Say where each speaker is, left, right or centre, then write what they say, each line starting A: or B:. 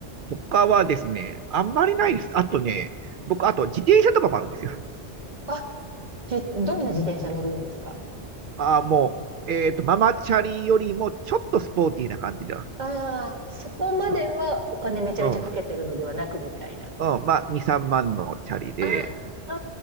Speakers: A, on the right; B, on the right.
A: い。他はですね、あんまりないです。あとね、僕、あと自転車とかもあるんですよ。
B: あ、じ、どんな自転車乗るんですか
A: ああ、もう、えっと、ママチャリよりもちょっとスポーティーな感じだ。
B: ああー、そこまではお金めちゃめちゃかけてるのではなくみたいな。
A: うん、うん、うんまあ、2、3万のチャリで、
B: ああ、